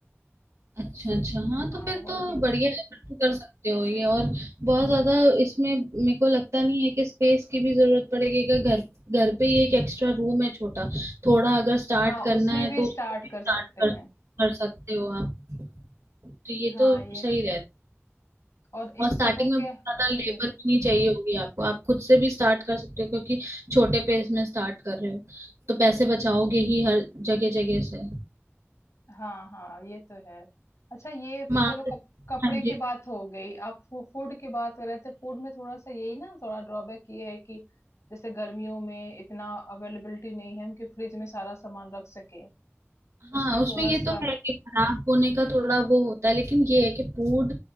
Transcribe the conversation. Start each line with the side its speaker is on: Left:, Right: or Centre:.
Right: अच्छा अच्छा हाँ
Left: हाँ
Right: तो फिर
Left: वो
Right: तो
Left: डे-
Right: बढ़िया है फिर तो कर सकते हो ये और बहुत ज्यादा इसमें मेरे को लगता नहीं है कि स्पेस की भी जरूरत पड़ेगी कि घर घर पे ही एक एक्स्ट्रा रूम है छोटा थोड़ा अगर स्टार्ट
Left: हाँ
Right: करना
Left: उसमें
Right: है
Left: भी
Right: तो
Left: स्टार्ट
Right: उसको भी
Left: कर
Right: स्टार्ट
Left: सकते हैं
Right: कर कर सकते हो आप तो ये
Left: हाँ
Right: तो
Left: ये
Right: सही रहे
Left: और
Right: और
Left: इन
Right: स्टार्टिंग
Left: सबों
Right: में
Left: के
Right: बहुत
Left: हम्म,
Right: ज्यादा लेबर भी नहीं चाहिए होगी आपको आप खुद से भी स्टार्ट कर सकते हो क्योंकि छोटे पेज में स्टार्ट कर रहे हो तो पैसे बचाओगे ही हर जगह जगह से
Left: हाँ हाँ ये तो है अच्छा ये
Right: मार्क
Left: चलो कप, कपड़े
Right: हाँ जी
Left: की बात हो गई आप फू, फूड की बात कर रहे थे फूड में थोड़ा सा यही ना थोड़ा ड्रॉबैक ये है कि जैसे गर्मियों में इतना अवेलेबिलिटी नहीं है हम कि फ्रिज में सारा सामान रख सके
Right: हाँ
Left: उसमें
Right: उसमें
Left: थोड़ा
Right: ये
Left: सा
Right: तो है कि खराब
Left: हम्म
Right: होने का थोड़ा वो होता है लेकिन ये है कि फूड